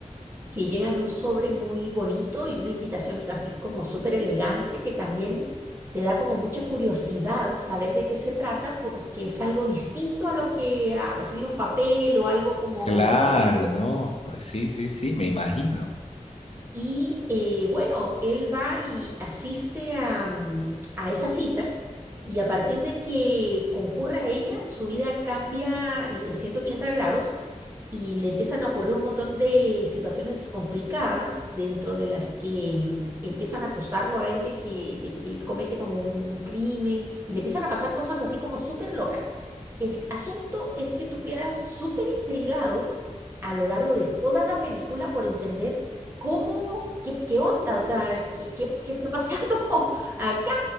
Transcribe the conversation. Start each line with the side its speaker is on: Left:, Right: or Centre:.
Right: que llega en un sobre muy bonito y una invitación así como súper elegante que también te da como mucha curiosidad saber de qué se trata porque es algo distinto a lo que a recibir un papel o algo como...
Left: claro,
Right: eh,
Left: no, pues sí, sí, sí, me imagino.
Right: Y eh, bueno, él va y asiste a, mm, a esa cita y a partir de que concurre a ella, su vida cambia eh, 180 grados y le empiezan a ocurrir un montón de situaciones complicadas dentro de las que mm, empiezan a acusarlo a él de que, de que él comete como un, un crimen y le empiezan a pasar cosas así como súper locas. El asunto es que tú quedas súper intrigado a lo largo de toda la película por entender cómo, qué, qué onda, o sea, qué, qué, qué está pasando <laughs> acá.